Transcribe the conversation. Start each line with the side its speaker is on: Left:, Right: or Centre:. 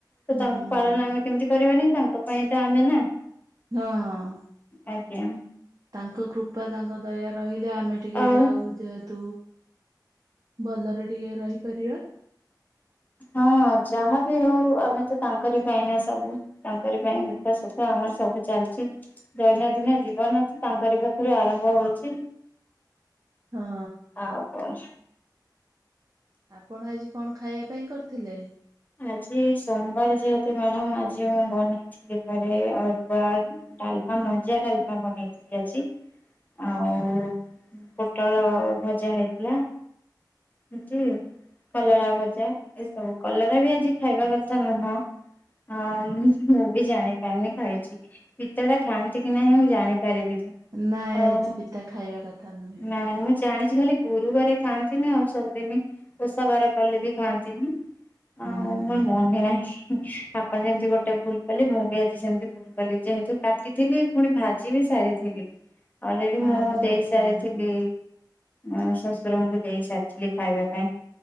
Left: ତ
Right: ହୁଁ
Left: ତାଙ୍କୁ ପାଳନ ଆମେ କେମତି କରିବାନି ତାଙ୍କ ପାଇଁ ତ ଆମେ ନା
Right: ହଁ ହଁ।
Left: ଆଜ୍ଞା।
Right: ତାଙ୍କ କୃପା ତାଙ୍କ ଦୟା ରହିଲେ ଆମେ ଟିକେ
Left: ଆଉ
Right: ଯାଉ ଯେହେତୁ ଭଲରେ ଟିକେ ରହିପାରିବା।
Left: ହଁ ଯାହାବି ହଉ ଆମେ ତ ତାଙ୍କରି ପାଇଁନା। ସବୁ ତାଙ୍କରି ପାଇଁ ଦୁଃଖ ସୁଖ ଆମର ସବୁ ଚାଲିଛି ଦୈନନ୍ଦିନ ଜୀବନ ତ ତାଙ୍କରି ପାଇଁ। ପାଖରୁ ଆରମ୍ଭ ହଉଛି
Right: ହଁ
Left: ଆଉ କଣ?
Right: ଆପଣ ଆଜି କଣ ଖାଇବା ପାଇଁ କରିଥିଲେ?
Left: ଆଜି ସୋମବାର ଯେହେତୁ ମ୍ୟାଡାମ ଆଜି ମୁଁ ବନେଇଥିଲି ଘରେ ଅରୁଆ ଡାଲମା ମଞ୍ଜିଆ ଡାଲମା ବନେଇଥିଲି ଆଜି। ଆଉ ପୋଟଳ ଭଜା ହେଇଥିଲା। <unintelligible> କଲରା ଭଜା ଏସବୁ କଲ ରା ବି ଆଜି ଖାଇବା କଥା ନୁହଁ। ହଁ ମୁଁ ବି ଜାଣିପାରିନି ଖାଇଛି ପିତା ଟା ଖାଆନ୍ତି କି ନାହିଁ ମୁଁ ଜାଣିପାରିଲିନି।
Right: ନାଇଁ
Left: ହଉ
Right: ଆଜି ପିତା ଖାଇବା କଥା ନୁହେଁ।
Left: ନାଇଁ ମୁଁ ଜାଣିଛି ଖାଲି ଗୁରୁବାରେ ଖାଆନ୍ତିନି ଆଉ ସବୁଦିନି ଓଷାବାର କଲେ ବି ଖାଆନ୍ତି ନି। ହଁ
Right: ହୁଁ
Left: ମୋର ମନେ ନାହିଁ। ଆପଣ ଯେମିତି ଗୋଟେ ଭୁଲ କଲେ ମୁଁ ବି ଆଜି ସେମିତି ଭୁଲ କଲି ଯେହେତୁ କାଟିଥିଲି ପୁଣି ଭାଜିବି ସାରିଥିଲି ଅଲରେଡି ମୁଁ
Right: ଆଚ୍ଛା
Left: ଦେଇ
Right: ଆଚ୍ଛା।
Left: ସାରିଥିଲି ହଁ ଶଶୁରଙ୍କୁ ଦେଇ ସାରିଥିଲି ଖାଇବା ପାଇଁ।